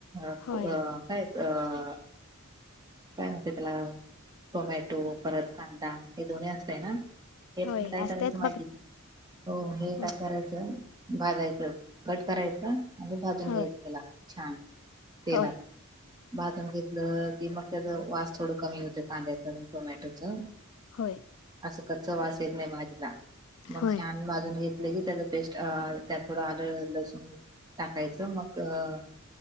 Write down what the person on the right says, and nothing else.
अ
अ काय अअ काय होते त्याला झोमॅटो परत कांदा हे दोन्ही असतय ना हे
पण काय
करायचं माहिती
हो हे
काय करायचं भाजायचं कट करायचा आणि भाजून
घ्यायचं त्याला छान तेलात.
भाजम घेतलं की मग त्याचा वास थोडं कमी होत कांद्याच टोमॅटोच
असं कच्च वास येत नाही भाजीला मग
छान भाजून घेतलं की त्याच पेस्ट त्यात थोडं आलं लसून टाकायचं मग